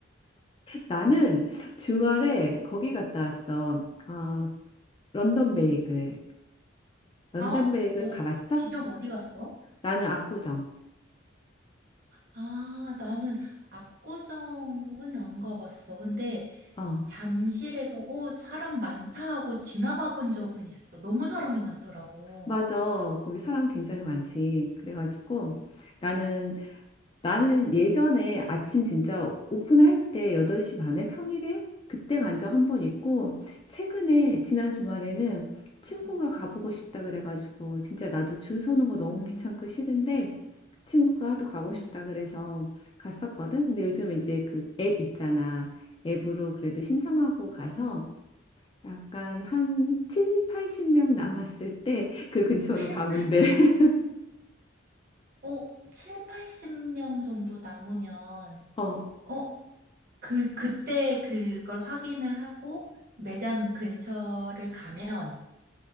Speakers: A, on the left; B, on the right.
A: 나는 주말에 거기 갔다 왔어. 아, 런던 베이글. 런던
B: 아, 어,
A: 베이글 가봤어?
B: 지점 어디 갔어?
A: 나는 압구정.
B: 아, 나는 압구정은 안 가봤어. 근데
A: 어,
B: 잠실에서, 어, 사람 많다 하고 지나가 본 적은 있어. 너무 사람이 많더라고.
A: 맞아. 거기 사람 굉장히 많지. 그래가지고. 나는 나는 예전에 아침 진짜 오픈할 때 8시 반에 평일에 그때 간적 한 번 있고 최근에 지난 주말에는 친구가
B: 응,
A: 가보고 싶다 그래가지고 진짜 나도 줄 서는 거 너무
B: 응.
A: 귀찮고 싫은데 친구가 또 가고
B: 응.
A: 싶다 그래서 갔었거든. 근데 요즘 이제 그 앱 있잖아. 앱으로 그래도 신청하고 가서
B: 어,
A: 약간 한 7, 80명 남았을 때 그 근처로
B: <laughs> 7,
A: 가면 돼. <laughs>
B: 어, 7, 80명 정도 남으면,
A: 어.
B: 어, 그, 그때 그걸 확인을 하고 매장 근처를 가면,